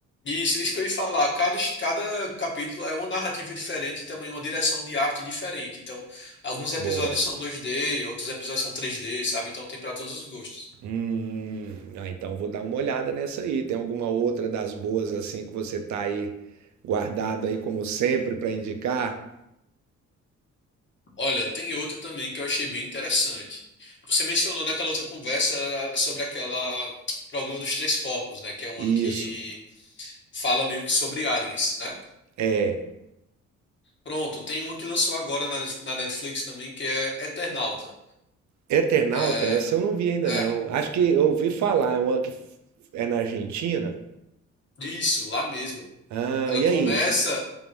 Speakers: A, on the left (about 40°); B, on the right (about 70°).
A: Isso, isso que eu ia falar. Cada, es- cada capítulo é uma narrativa diferente e também uma direção de arte diferente. Então, alguns episódios
B: Boa.
A: são 2D, outros episódios são 3D, sabe? Então tem para todos os gostos.
B: Hum, ah, então vou dar uma olhada nessa aí. Tem alguma outra das boas assim que você tá aí guardado aí como sempre para indicar?
A: Olha, tem outra também que eu achei bem interessante. Você mencionou naquela outra conversa eh, sobre aquela problema dos três corpos, né? Que é uma
B: Isso.
A: que fala meio que sobre aliens, né?
B: É,
A: Pronto, tem uma que lançou agora na, na Netflix também que é Eternauta.
B: Eternauta,
A: É,
B: essa eu não vi ainda
A: é,
B: não. Acho que eu ouvi falar, é uma que f- é na Argentina.
A: isso, lá mesmo.
B: Ah,
A: Ela
B: e
A: começa.
B: aí?